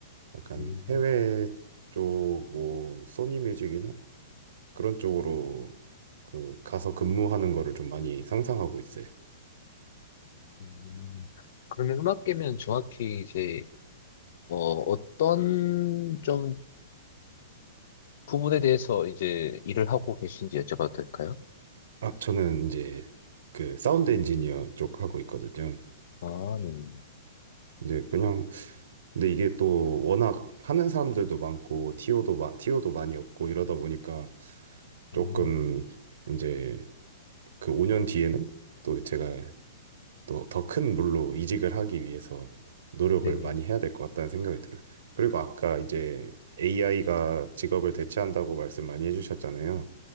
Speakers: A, on the right; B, on the left.
A: 약간
B: 음,
A: 해외 쪽 뭐 소니 뮤직이나 그런 쪽으로 그 가서 근무하는 거를 좀 많이 상상하고 있어요.
B: 음. 그러면 음악계면 정확히 이제, 어, 어떤 좀 부분에 대해서 이제 일을 하고 계신지 여쭤봐도 될까요?
A: 아, 저는 이제 그 사운드 엔지니어 쪽 하고 있거든요.
B: 아, 네네.
A: 이제 그냥 근데 이게 또 워낙 하는 사람들도 많고 티오도 마, 티오도 많이 없고 이러다 보니까 조금
B: 음,
A: 이제 그 5년 뒤에는 또 제가 또 더 큰 물로 이직을 하기 위해서 노력을
B: 네네.
A: 많이 해야 될 것 같다는 생각이 들어요. 그리고 아까 이제 AI가 직업을 대체한다고 말씀 많이 해주셨잖아요.